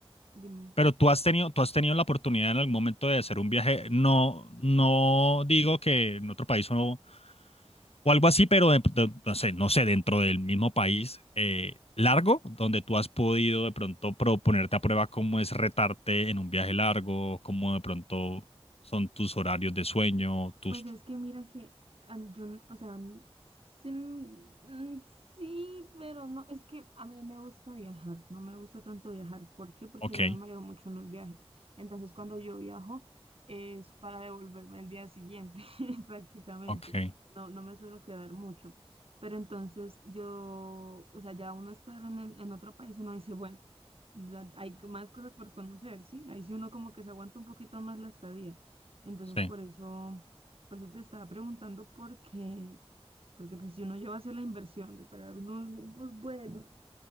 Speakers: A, on the right; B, on the left.
A: Dime.
B: Pero tú has tenido, tú has tenido la oportunidad en algún momento de hacer un viaje, no, no digo que en otro país o, no- o algo así, pero de- de- no sé, no sé, dentro del mismo país eh, largo, donde tú has podido de pronto proponerte a prueba cómo es retarte en un viaje largo, cómo de pronto son tus horarios de sueño, tus...
A: Pues es que mira que am, yo, n- o sea, mm, sí, mm, sí, pero no, es que a mí no me gusta viajar, no me gusta tanto viajar. ¿Por qué? Porque
B: Ok,
A: yo me mareo mucho en los viajes. Entonces, cuando yo viajo es para devolverme el día siguiente, <laughs> prácticamente.
B: ok,
A: No, no me suelo quedar mucho. Pero entonces yo, o sea, ya uno estar en, el- en otro país, uno dice, bueno, ya hay más cosas por conocer, ¿sí? Ahí sí uno como que se aguanta un poquito más la estadía. Entonces,
B: sí.
A: por eso. Por eso te estaba preguntando por qué, porque pues si uno lleva a hacer la inversión de pagar unos, unos vuelos,